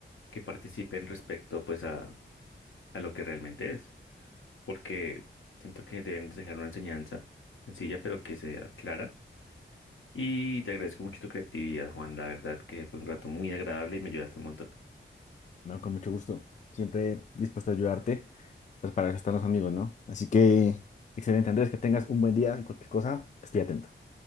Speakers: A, on the left; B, on the left.
A: que participen respecto pues a, a lo que realmente es, porque siento que deben dejar una enseñanza sencilla pero que sea clara. Y te agradezco mucho tu creatividad, Juan, la verdad que fue un rato muy agradable y me ayudaste un montón.
B: No, con mucho gusto. Siempre dispuesto a ayudarte. Pues para eso están los amigos, ¿no? Así que, excelente, Andrés, que tengas un buen día y cualquier cosa, estoy atento.